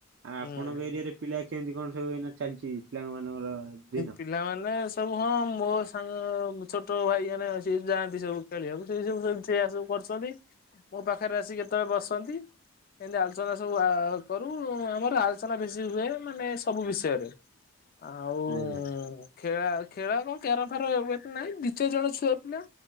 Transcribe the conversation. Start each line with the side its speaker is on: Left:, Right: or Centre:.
Right: ଆଉ
Left: ହୁଁ।
Right: ଆପଣଙ୍କ ଏରିଆରେ ପିଲା କେମିତି କଣ ସବୁ ଏନା ଚାଲିଛି? ପିଲା ମାନଙ୍କର ଦିନ?
Left: ପିଲାମାନେ ସବୁ ହଁ ମୋ ସାଙ୍ଗ ଛୋଟ ଭାଇ ମାନେ ଅ ସ ଯାଆନ୍ତି ସବୁ ଖେଳିବାକୁ ସେ ସବୁ ସ ସେଇଆ ସବୁ କରଛନ୍ତି। ମୋ ପାଖରେ ଆସିିକ କେତେବେଳେ ବସନ୍ତି। ଏମିତି ଆଲୋଚନା ସବୁ କରୁ ଆମର ଆଲୋଚନା ବେଶୀ ହୁଏ ମାନେ ସବୁ ବିଷୟରେ। ଆଉ
Right: ଆଜ୍ଞା।
Left: ଖେଳା ଖେଳା କଣ କ୍ୟାର ଫାର ହେ ନାଇଁ ଦିଇ ଚାରି ଜଣ ଛୁଆ ପିଲା।